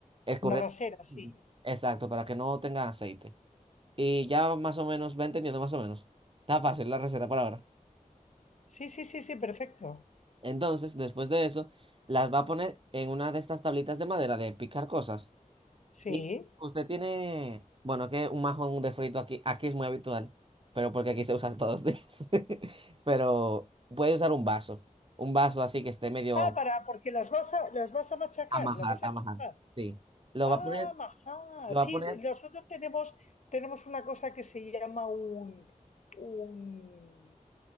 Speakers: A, on the right; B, on the left.
A: escurriendo.
B: Una rasera, sí.
A: Exacto, para que no tenga aceite. Y ya más o menos, va entendiendo más o menos. Está fácil la receta por ahora.
B: Sí, sí, sí, sí, perfecto.
A: Entonces, después de eso, las va a poner en una de estas tablitas de madera de picar cosas.
B: Sí.
A: Y usted tiene, bueno, que un majón de frito aquí, aquí es muy habitual, pero porque aquí se usa todos los días. <laughs> Pero puede usar un vaso, un vaso así que esté medio
B: Ah, para, porque las vas a, las vas a machacar,
A: amajar,
B: las vas
A: amajar.
B: a estrujar.
A: Sí. Lo
B: Ah,
A: va a poner,
B: majar.
A: lo va
B: Sí,
A: a poner.
B: nosotros tenemos, tenemos una cosa que se llama un, un,